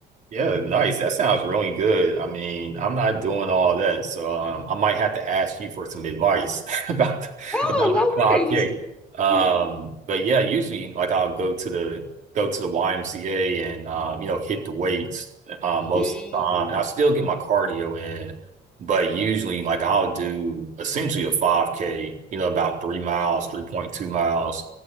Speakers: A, on the right (about 45°); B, in the centre.
A: Yeah, nice. That sounds really good. I mean, I'm not doing all that, so um, I might have to ask you for some advice <laughs> about
B: Oh,
A: about
B: no
A: the club
B: worries.
A: cake. Um,
B: <laughs>
A: but yeah, usually like I'll go to the go to the YMCA and um, you know hit the weights uh, most
B: Mm,
A: of the time, and I still get my cardio in. But usually, like I'll do essentially a 5K, you know, about three miles, 3.2 miles.